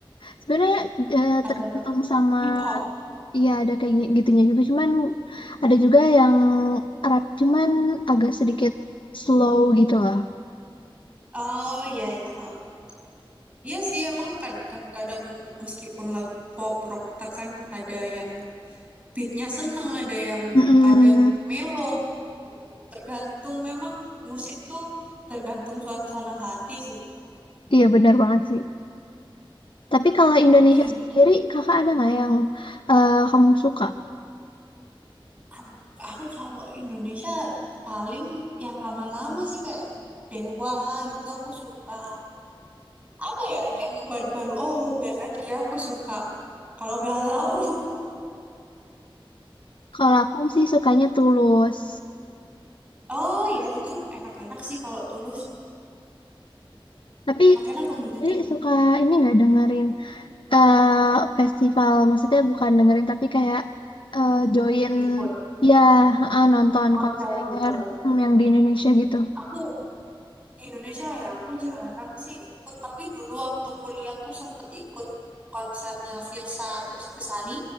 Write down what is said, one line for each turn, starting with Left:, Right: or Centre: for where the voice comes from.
Left: sebenarnya eh,
Right: Ada
Left: tergantung
Right: rap
Left: sama
Right: hip hop.
Left: iya ada kayak gi- gitunya juga cuman ada juga yang Arab cuman agak sedikit slow gitu loh.
Right: Oh, iya iya. Heeh. Iya sih, emang kan kan kadang meskipun lagu pop rock tak kan ada yang beatnya seneng, ada yang
Left: Mm-mm.
Right: kadang melo. Tergantung memang musik tuh tergantung suasana hati sih.
Left: Iya benar banget sih. Tapi kalau Indonesia
Right: Ini gimana?
Left: sendiri kakak ada nggak yang eh, kamu suka?
Right: Aduh, Aku kalau Indonesia paling yang lama-lama sih kayak Dewa gitu aku suka. apa ya yang baru-baru oh Bernadia aku suka kalau galau
Left: Kalau aku sih sukanya Tulus.
Right: <laughs> oh ya itu enak-enak sih kalau tulus
Left: Tapi
Right: enak-enak lagunya
Left: ini
Right: tuh
Left: suka ini nggak dengerin eh festival maksudnya bukan dengerin tapi kayak eh, join
Right: ikut
Left: ya eh, nonton
Right: konser
Left: konser
Right: gitu
Left: hmm, yang di Indonesia gitu.
Right: aku di Indonesia ya aku jarang sih ikut tapi dulu waktu kuliah tuh sempet ikut konsernya Virsa Bes- Besari